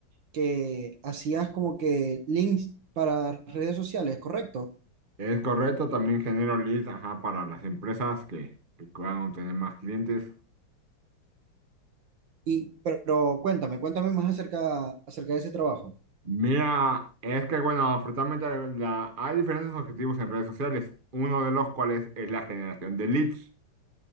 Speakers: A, on the right; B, on the right.
A: que hacías como que links para redes sociales, ¿correcto?
B: Es correcto, también genero leads, ajá, para las empresas que, que puedan tener más clientes.
A: Y, pero cuéntame, cuéntame más acerca, acerca de ese trabajo.
B: Mira, es que bueno, afortunadamente la- hay diferentes objetivos en redes sociales, uno de los cuales es la generación de leads.